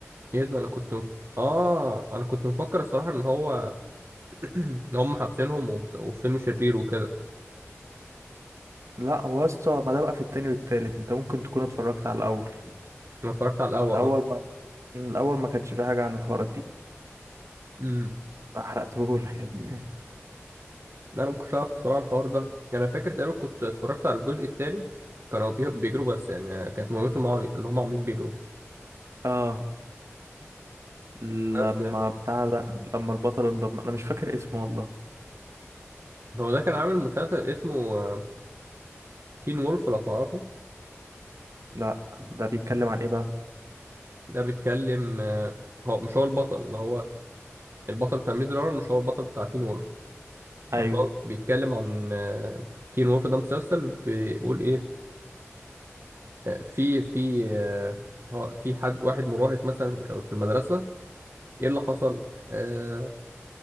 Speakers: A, on the right; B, on the right.
A: ايه ده انا كنت مف... اه انا كنت مفكر الصراحه ان هو <clears throat> ان هم حابسينهم ومس- وفيلم شرير وكده
B: لا هو يا اسطى ما ده بقى في التاني والتالت انت ممكن تكون اتفرجت على الأول
A: انا اتفرجت على الاول
B: الأول
A: اه
B: ما الأول ما كانش فيه حاجة عن الحوارات دي
A: امم
B: ما حرقتهولك <laughs>
A: لا انا ما كنتش عارف الصراحه الحوار ده يعني انا فاكر تقريبا كنت اتفرجت على الجزء الثاني كانوا بي- بيجروا بس يعني آه، كانت مهمتهم مع... ان هم عاملين بيجروا
B: اه لما
A: بس يعني
B: بتاع ده لما البطل انضم انا مش فاكر اسمه والله
A: هو ده كان عامل مسلسل اسمه آه، تين وولف لو تعرفه
B: لا ده بيتكلم عن ايه بقى
A: ده بيتكلم آه، هو مش هو البطل اللي هو البطل بتاع ميز رانر مش هو البطل بتاع تين وولف بس
B: ايوه
A: هو بيتكلم عن آه، تين وولف ده مسلسل بيقول ايه في في آه، هو في حد واحد مراهق مثلا في المدرسة ايه اللي حصل آه،